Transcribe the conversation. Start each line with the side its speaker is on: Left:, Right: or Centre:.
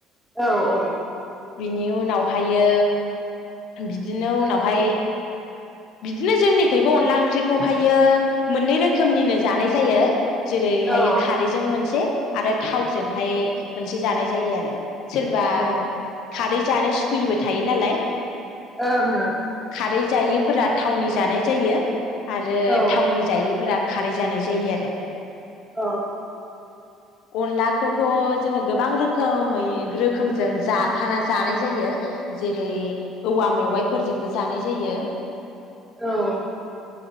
Centre: औ औ।
Left: बिनि उनावहायो बिदिनो उनावहाय बिदिनो जोंनिखबो अनला ओंख्रिखौहायो मोननै रोखोमनिनो जानाय जायो। जेरैहायो
Centre: औ
Left: खारैजों मोनसे आरो थावजोंहाय मोनसे जानाय जायो आरो सोरबा
Centre: औ ओं
Left: खारै जानो सुखुयिबो थायो नालाय
Centre: ओं ओ
Left: खारै जायैफोरा थावनि जानाय जायो। आरो
Centre: औ
Left: थावनि जायैफोरा खारै जानाय जायो आरो
Centre: अ
Left: अनलाखौथ' जोङो गोबां रोखोमै रोखोमजों जा हाना जानाय जायो जेरै औवा मेवाइफोरजोंबो जानाय जायो।
Centre: औ